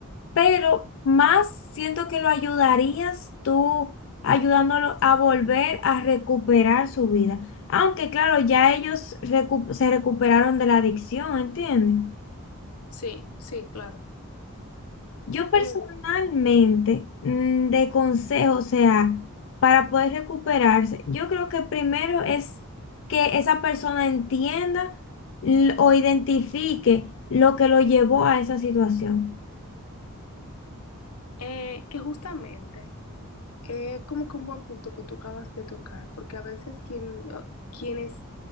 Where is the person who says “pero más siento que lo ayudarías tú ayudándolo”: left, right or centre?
Left